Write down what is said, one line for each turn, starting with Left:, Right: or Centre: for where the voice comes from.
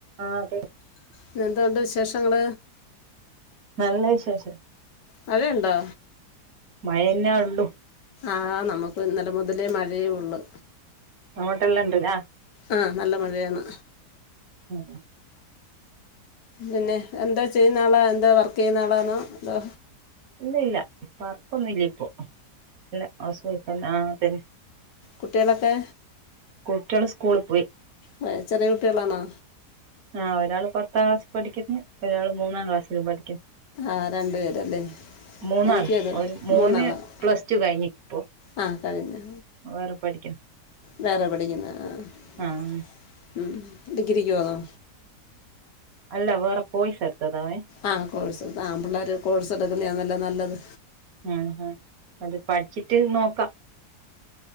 Right: ആഹ് അതെ.
Left: ന്നെ എന്തുണ്ട് വിശേഷങ്ങൾ.
Right: നല്ല വിശേഷം.
Left: മയണ്ടോ?
Right: മ യന്നെ ഉള്ളു.
Left: ആഹ് നമുക്ക് ഇന്നലെ മുതല് മഴയെ ഉള്ളു.
Right: അങ്ങോട്ടെല്ലാം ഉണ്ട്ല്ല.
Left: ആഹ് നല്ല മഴയാണ്.
Right: ഉം
Left: പിന്നെ എന്താ ചെയ്യുന്ന ആള് എന്താ വർക്ക് ചെയ്യുന്ന ആളാണോതോ.
Right: ഇല്ല ഇല്ല വർക്കൊന്നുംല്ല ഇപ്പോ ഇല്ല ഹൗസ് വൈഫ്എന്നെആഹ് അതന്നെ.
Left: കുട്ടികളെക്കെ
Right: കുട്ട്യോൾ സ്കൂളിൽ പോയി.
Left: ആ ചെറിയ കുട്ടികളാണോ?
Right: ആഹ് ഒരാള് പത്താം ക്ലാസ് പഠിക്കുന്നു ഒരാൾ മൂന്നാം ക്ലാസ്സിൽ പഠിക്കുന്നു.
Left: ആഹ് രണ്ടു പേരല്ലേ?
Right: മൂന്നാണ്
Left: എനിക്കും അത്
Right: ഒരു മോന്
Left: മൂന്നാളാണ്
Right: പ്ലസ് ടു കഴിഞ്ഞ്പ്പൊ.
Left: ആ കഴിഞ്ഞു
Right: വേറെ പഠിക്കണം.
Left: വേറെ പഠിക്കുന്നത് ആഹആഉം
Right: ആഹ്
Left: ഡഗ്രിക്ക് പോന്നോ?
Right: അല്ല വേറെ കോയിസ് എടുത്ത താ അവൻ.
Left: ആഹ് കോഴ്സ് ആഹ് പിള്ളേർ കോഴ്സ് എടുക്കുന്നതല്ലോ നല്ലത്.
Right: ആഹ് ആഹ് അത് പഠിച്ചിട്ട് നോക്കാം.